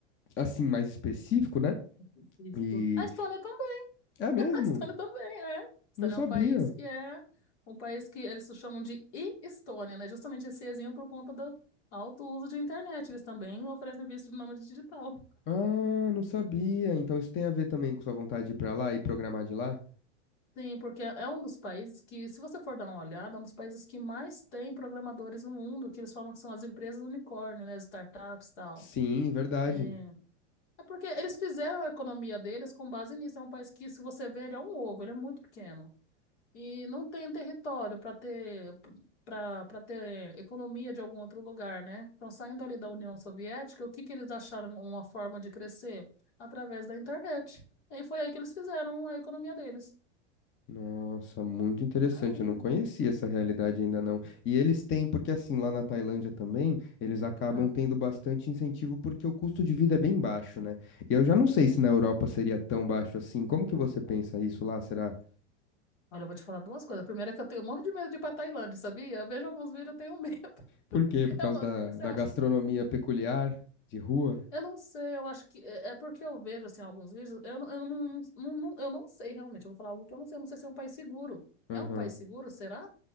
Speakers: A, on the left; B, on the left.
A: assim mais específico, né?
B: Específico.
A: E
B: A Estônia
A: é mesmo?
B: <laughs> A Estônia também, né? A Estônia
A: Não sabia.
B: é um país que é um país que eles chamam de e-Estônia, né? Justamente esse ezinho por conta do alto uso de internet. Eles também oferecem visto de nômade digital.
A: Ah, não sabia. Então isso tem a ver também com sua vontade de ir pra lá e programar de lá?
B: Sim, porque é um dos países que, se você for dar uma olhada, é um dos países que mais tem programadores no mundo, que eles falam que são as empresas unicórnio, né? As startups e tal.
A: Sim, verdade.
B: É... é porque eles fizeram a economia deles com base nisso. É um país que, se você vê, ele é um ovo, ele é muito pequeno. e não tem território para ter para para ter economia de algum outro lugar, né? Então, saindo ali da União Soviética, o que que eles acharam uma forma de crescer? Através da internet. E foi aí que eles fizeram a economia deles.
A: Nossa, muito interessante.
B: Maravilha.
A: Eu não conhecia essa realidade ainda não. E eles têm, porque assim, lá na Tailândia também, eles acabam
B: Hum.
A: tendo bastante incentivo porque o custo de vida é bem baixo, né? E eu já não sei se na Europa seria tão baixo assim. Como que você pensa isso lá? Será?
B: Olha, eu vou te falar duas coisas. A primeira é que eu tenho morro de medo de ir pra Tailândia, sabia? Eu vejo alguns vídeos, eu tenho medo.
A: Por quê?
B: <laughs>
A: Por causa
B: Eu,
A: da,
B: você
A: da
B: acha?
A: gastronomia peculiar de rua?
B: Eu não sei, eu acho que é é porque eu vejo assim alguns vídeos, eu, não- eu não, não, não- eu não sei realmente, eu vou falar algo que eu não sei, eu não sei se é um país seguro.
A: Aham.
B: É um país seguro, será?